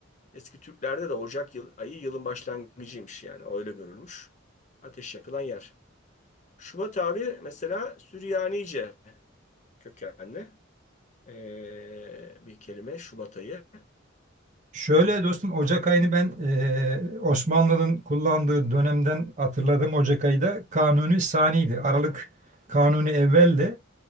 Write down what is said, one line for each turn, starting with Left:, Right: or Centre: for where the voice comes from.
Left: Eski Türklerde de Ocak yıl, ayı yılın başlangıcıymış yani öyle görülmüş. Ateş yakılan yer. Şubat abi mesela Süryanice kökenli ee, bir kelime Şubat ayı.
Right: Şöyle
Left: Ee,
Right: dostum Ocak ayını ben eee, Osmanlı'nın kullandığı dönemden hatırladığım Ocak ayı da Kanuni Sani'ydi. Aralık Kanuni Evvel'di.